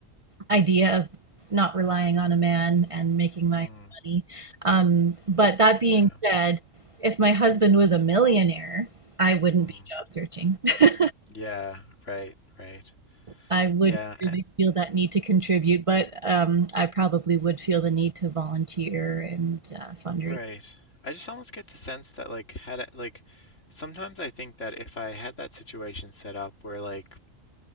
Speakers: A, on the right; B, on the left.
A: idea of not relying on a man and making my
B: Mm,
A: own money. Um, but that being
B: yeah.
A: said, if my husband was a millionaire, I wouldn't
B: Mm,
A: be job searching. <laughs>
B: yeah. Right. Right.
A: I wouldn't
B: Yeah.
A: really feel that need to contribute, but um, I probably would feel the need to volunteer and uh, fundraise.
B: Right. I just almost get the sense that like had I, like sometimes I think that if I had that situation set up where like,